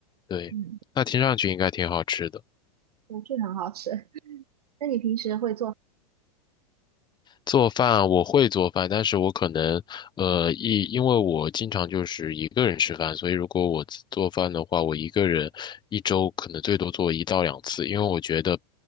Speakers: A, on the left; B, on the right.
A: 对，
B: 嗯，
A: 那听上去应该挺好吃的。
B: 对，这个很好吃。那你平时会做？
A: 做饭我会做饭，但是我可能，呃，一因为我经常就是一个人吃饭，所以如果我自做饭的话，我一个人一周可能最多做一到两次，因为我觉得